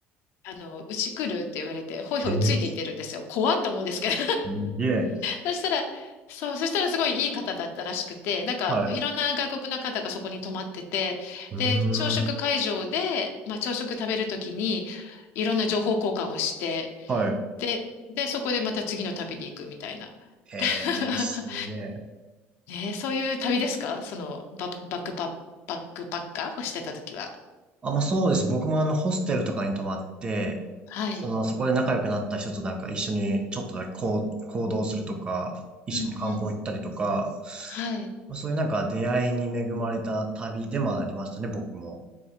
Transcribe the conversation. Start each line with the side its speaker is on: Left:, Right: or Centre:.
Left: あの、うち来るって言われて、ほいほいついていってるんですよ。
Right: えー、す
Left: 怖っと思うんですけど
Right: げえ。
Left: そしたら、そう、そしたらすごいいい方だったらしくて、なんかいろんな外国の方がそこに泊まってて、
Right: はい。うーん。
Left: で、朝食会場で、まあ朝食食べるときにいろんな情報交換をして、
Right: はい。
Left: で、で、そこでまた次の旅に行くみたいな。
Right: えー、
Left: <laughs>
Right: すげえ。
Left: ねえ、そういう旅ですかそのバ、バックパッ、バックパッカーをしてたときは。
Right: あ、まあそうです。僕もあの、ホステルとかに泊まって、
Left: はい。
Right: その、そこで仲良くなった人となんか一緒にちょっとだけこう、行動するとか、一緒に観光行ったりとか、
Left: うんうん。はい。
Right: まあ、そういうなんか出会いに恵まれた旅でもありましたね、僕も。